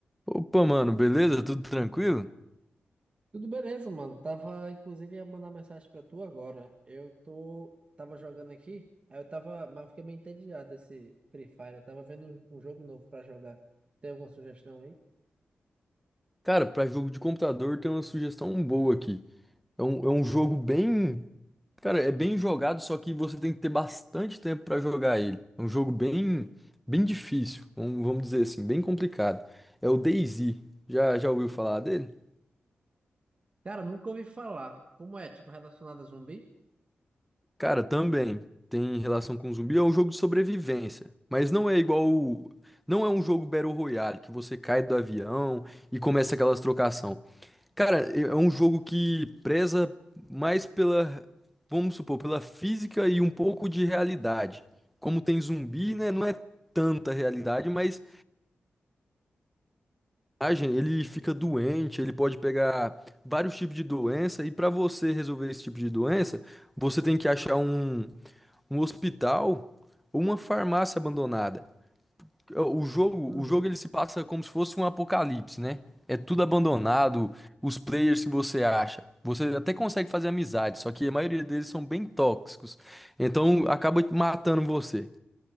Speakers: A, in the centre; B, on the right (about 30°).
A: Opa, mano, beleza? Tudo tranquilo?
B: Tudo beleza, mano. Tava, inclusive, ia mandar mensagem pra tu agora. Eu tô, tava jogando aqui, aí eu tava, mas eu fiquei meio entediado desse Free Fire. Eu tava vendo um, um jogo novo pra jogar. Tem alguma sugestão aí?
A: Cara, pra jogo de computador tem uma sugestão boa aqui. É um, é um jogo bem. Cara, é bem jogado, só que você tem que ter bastante tempo pra jogar ele. É um jogo bem, bem difícil, vamos vamos dizer assim, bem complicado. É o DayZ. Já, já ouviu falar dele?
B: Cara, nunca ouvi falar. Como é? Tipo, relacionado a zumbi?
A: Cara, também tem relação com zumbi. É um jogo de sobrevivência, mas não é igual. o- Não é um jogo Battle Royale que você cai do avião e começa aquelas trocação. Cara, é um jogo que preza mais pela, vamos supor, pela física e um pouco de realidade. Como tem zumbi, né? Não é tanta realidade, mas ah, gente, ele fica doente, ele pode pegar vários tipos de doença, e para você resolver esse tipo de doença, você tem que achar um, um hospital ou uma farmácia abandonada. É, O jogo,
B: Uhum.
A: o jogo ele se passa como se fosse um apocalipse, né? É tudo abandonado, os players que você acha. Você até consegue fazer amizade, só que a maioria deles são bem tóxicos. Então acaba matando você.